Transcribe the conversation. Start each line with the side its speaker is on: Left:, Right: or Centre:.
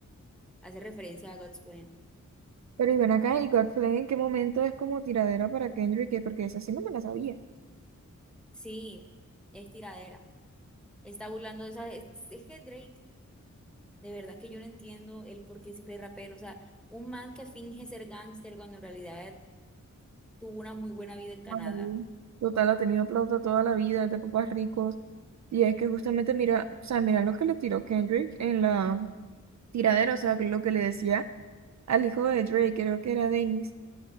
Centre: Hace referencia a God's Plan.
Right: Pero y ven acá, ¿y God's Plan en qué momento es como tiradera para Kendrick? ¿Qué? Porque esa sí no me la sabía.
Centre: Sí, es tiradera. Está burlando de esa... Es, es que Drake, de verdad que yo no entiendo el por qué se cree rapero. O sea, un man que finge ser gángster cuando en realidad tuvo una muy buena vida en Canadá.
Right: ahí. Total, ha tenido plata toda la vida, es de papás ricos. Y es que justamente mira, o sea, mira lo que le tiró Kendrick en la tiradera, o sea, lo que le decía al hijo de Drake, creo que era Dennis,